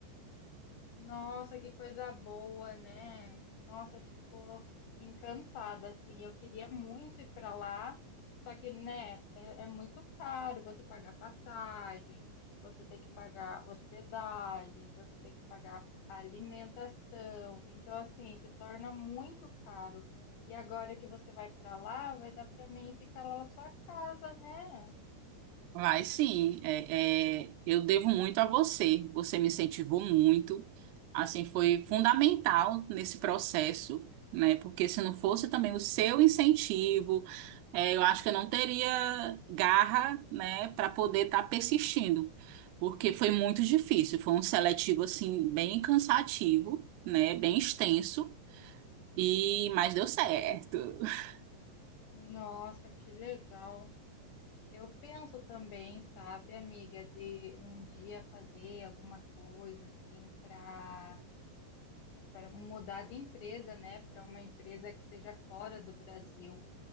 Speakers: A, on the left; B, on the right.
A: Nossa, que coisa boa, né? Nossa, eu fico encantada, assim. Eu queria muito ir para lá, só que, né, é, é muito caro você pagar passagem, você tem que pagar hospedagem, você tem que pagar alimentação. Então, assim, se torna muito caro. E agora que você vai para lá, vai dar para mim ficar lá na sua casa, né?
B: Vai sim, é, é, eu devo muito a você. Você me incentivou muito, assim foi fundamental nesse processo, né? Porque se não fosse também o seu incentivo, é, eu acho que eu não teria garra, né, para poder estar persistindo, porque foi muito difícil. Foi um seletivo assim bem cansativo, né? Bem extenso e mas deu certo. <laughs>
A: Nossa, que legal. Eu penso também, sabe, amiga, de um dia fazer alguma coisa assim para para mudar de empresa, né, para uma empresa que seja fora do Brasil,